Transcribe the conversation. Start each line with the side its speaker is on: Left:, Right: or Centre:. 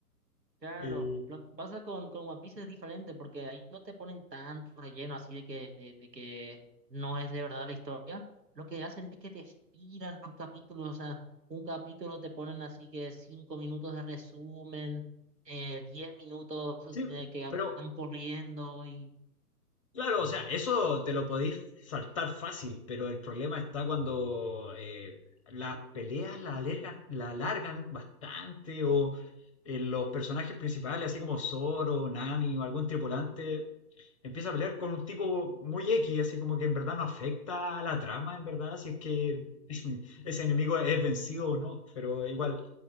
Right: Claro,
Left: Eh,
Right: lo que pasa con, con One Piece es diferente porque ahí no te ponen tanto relleno así de que, de, de que no es de verdad la historia. Lo que hacen es que te estiran los capítulos, o sea, un capítulo te ponen así que cinco minutos de resumen, eh, diez minutos
Left: sí,
Right: de que
Left: pero
Right: van corriendo y
Left: claro, o sea, eso te lo podéis saltar fácil, pero el problema está cuando eh, las peleas la alargan, la alargan bastante o eh, los personajes principales, así como Zoro, Nami o algún tripulante empieza a pelear con un tipo muy X, así como que en verdad no afecta a la trama, en verdad, si es que <laughs> ese enemigo es vencido o no, pero igual